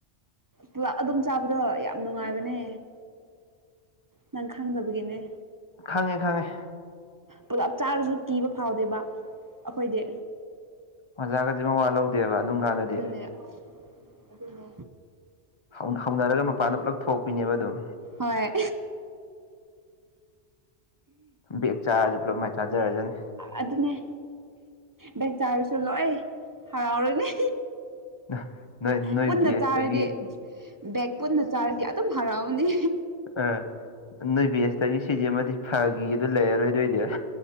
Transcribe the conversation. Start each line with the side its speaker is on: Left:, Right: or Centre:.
Right: ꯄꯨꯂꯞ ꯑꯗꯨꯝ ꯆꯥꯕꯗꯣ ꯌꯥꯝ ꯅꯨꯡꯉꯥꯏꯕꯅꯦ꯫ ꯅꯪ ꯈꯪꯗꯕꯒꯤꯅꯦ꯫
Left: ꯈꯪꯉꯦ ꯈꯪꯉꯦ꯫
Right: ꯄꯨꯂꯞ ꯆꯥꯔꯁꯨ ꯀꯤꯕ ꯐꯥꯎꯗꯦꯕ ꯑꯩꯈꯣꯏꯗꯤ꯫
Left: ꯑꯣꯖꯥꯒꯖꯤ ꯃꯋꯥ ꯂꯧꯗꯦꯕ ꯑꯗꯨꯝ ꯀꯥꯟꯗꯗꯤ꯫
Right: <unintelligible> ꯑꯗꯨꯅꯦ꯫
Left: ꯍꯧ ꯍꯧꯅꯔꯒ ꯃꯄꯥꯟꯗ ꯄꯨꯂꯞ ꯊꯣꯛꯄꯤꯅꯦꯕ ꯑꯗꯨꯝ꯫
Right: ꯍꯣꯏ꯫
Left: ꯕꯦꯒ ꯆꯥꯔꯁꯨ ꯄꯨꯂꯞ ꯃꯥꯏ ꯆꯥꯖꯔꯖꯅꯤ꯫
Right: ꯑꯗꯨꯅꯦ ꯕꯦꯛ ꯆꯥꯔꯁꯨ ꯂꯣꯏ ꯍꯔꯥꯎꯔꯅꯤ꯫
Left: <unintelligible>
Right: ꯄꯨꯟꯅ
Left: ꯕꯦꯁꯇꯒꯤ
Right: ꯆꯥꯔꯗꯤ ꯕꯦꯛ ꯄꯨꯟꯅ ꯆꯥꯔꯗꯤ ꯑꯗꯨꯝ ꯍꯔꯥꯎꯅꯤ꯫
Left: ꯑ ꯅꯣꯏ ꯕꯦꯁꯇꯒꯤ ꯁꯤꯖꯤꯃꯗꯤ ꯐꯒꯤ ꯑꯗꯨ ꯂꯩꯔꯔꯣꯏꯗꯣꯏꯅꯦ꯫